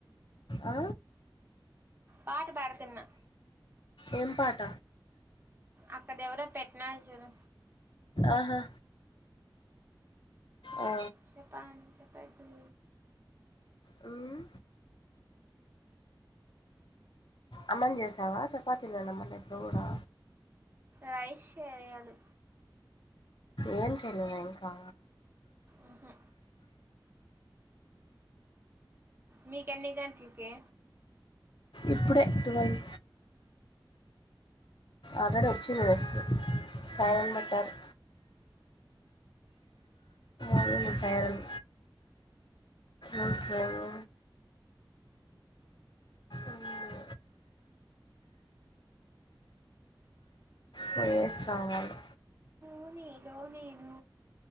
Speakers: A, on the left; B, on the right.
A: ఆ
B: పాట పాడతున్న
A: ఏం పాట
B: అక్కడ ఎవరో పెట్టినారు చూడు
A: ఆహా ఆ
B: చపాని చెపా దూ
A: హ్మ్ అన్నం చేసావా చపాతినేనా మళ్ళీ ఇప్పుడు కూడా
B: రైస్ చేయాలి
A: ఏం చేయలేదయింకా
B: ఉహు. మిక్ ఎన్ని గంటలకి
A: ఇప్పుడే ట్వీల్వ్ అల్రెడీ వచ్చింది మెస్ సైన్ పెట్టాలి అదే లే సైరన్ ఇంకేమి మ్మ్. వేసి రావాలి
B: నువునేను